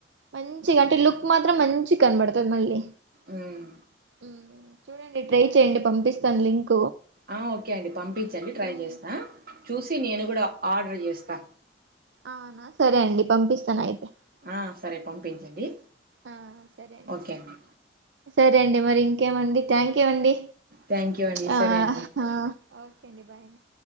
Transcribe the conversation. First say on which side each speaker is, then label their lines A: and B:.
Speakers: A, on the right; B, on the right.
A: మంచిగా అంటే లుక్ మాత్రం మంచి కనబడుతుంది మళ్ళీ
B: ఉమ్
A: ఉమ్, చూడండి ట్రై చేయండి పంపిస్తాను లింక్
B: ఆ ఓకే అండి పంపించండి ట్రై
A: ఉమ్,
B: చేస్తా చూసి నేను కూడా ఆర్డర్ చేస్తా
A: ఆహా సరే అండి పంపిస్తాను అయితే
B: ఆ సరే పంపించండి
A: ఆ సరే
B: ఓకే అండి
A: సరే అండి మరి ఇంకేమండి థ్యాంక్ యూ అండి
B: థ్యాంక్ యూ అండి.
A: ఆ
B: సరే అండి.
A: ఆ ఓకే అండి బాయ్ అండి